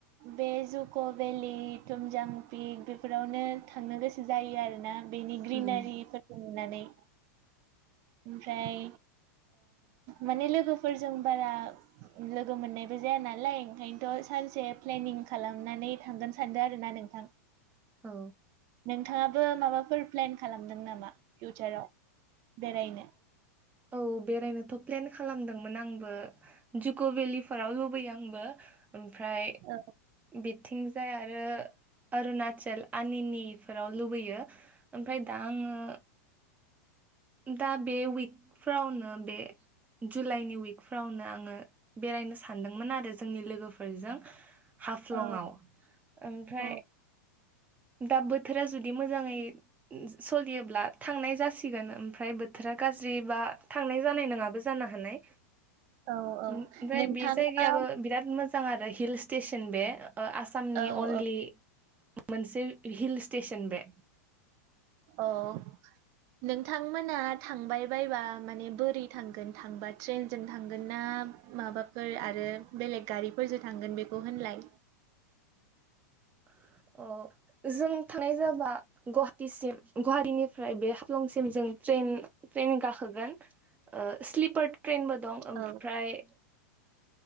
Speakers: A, on the right; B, on the right.
A: बे जिउखौ देलि थुमजां पिक बेफोरावनो थांनो गोसो जायो आरोना बेनि ग्रिनारिफोरखौ
B: उम
A: नुनानै ओमफ्राय माने लोगोफोरजों बारा लोगो मोननाय जाया नालाय ओंखायनोथ' सानसे प्लेनिं खालामनानै थांगोन सानदों आरोना नोंथां
B: औ
A: नोंथाङाबो माबाफोर प्लेन खालामदों नामा फिउचाराव बेरायनो?
B: औ बेरायनोथ' प्लेन खालामदोंमोन आंबो जुक' भेलिफोराव लुबैयो आंबो ओमफ्राय
A: औ
B: बिथिंजाय आरो अरुणाचल आनिनिफोराव लुबैयो ओमफ्राय दा आङो दा बे उइकफ्रावनो बे जुलाइनि उइकफ्रावनो आङो बेरायनो सानदोंमोन आरो जोंनि लोगोफोरजों हाफलंआव
A: औ
B: ओमफ्राय
A: औ
B: दा बोथोरा जुदि मोजाङै सलियोब्ला थांनाय जासिगोन ओमफ्राय बोथोरा गाज्रि बा थांनाय जानाय नङाबो जानो हानाय
A: औ औ
B: ओमफ्राय
A: नोंथाङा
B: बे जायगायाबो बिराद मोज मोजां आरो हिल स्टेसन बे ओ आसामनि
A: औ
B: अनलि
A: औ
B: मोनसे हिल स्टेसन बे
A: अ नोंथांमोना थांबाय बायबा माने बोरै थांगोन थांबा ट्रेनजों थांगोन ना? ना माबाफोर आरो बेलेग गारिफोरजों थांगोन बेखौ होनलाय?
B: <inaudible> अ जों थानाय जाबा गुवाहाटिसिम गुवाहाटीनिफ्राय बे हाफलंसिम जों ट्रेन ट्रेन गाखोगोन ओ स्लिपार ट्रेनबो दं ओमफ्राय
A: औ